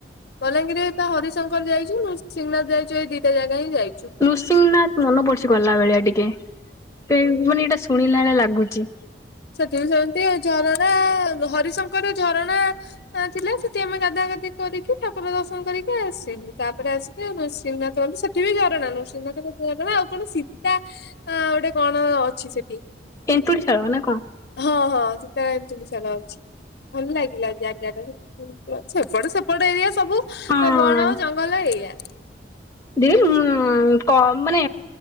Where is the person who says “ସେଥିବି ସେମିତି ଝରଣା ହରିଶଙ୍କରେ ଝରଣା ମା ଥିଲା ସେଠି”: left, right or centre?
Left